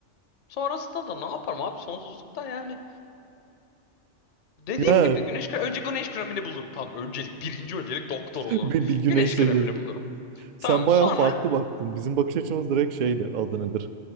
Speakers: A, on the left; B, on the right.
A: Sonrasında da ne yaparım abi? Sonsuzlukta yani. Dediğim
B: Ya
A: gibi güneş kremi, önce güneş kremini bulurum. Tamam öncelik birinci öncelik doktor
B: <laughs>
A: olurum.
B: bir, bir güneşle
A: Güneş kremini
B: gez.
A: bulurum.
B: Sen
A: Tamam mı?
B: bayağı
A: Sonra
B: farklı baktın. Bizim bakış açımız direkt şeydi adı nedir?